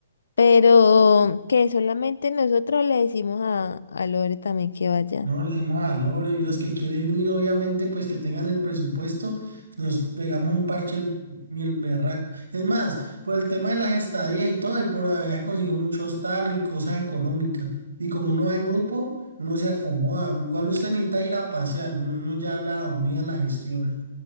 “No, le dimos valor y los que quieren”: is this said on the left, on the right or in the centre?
Right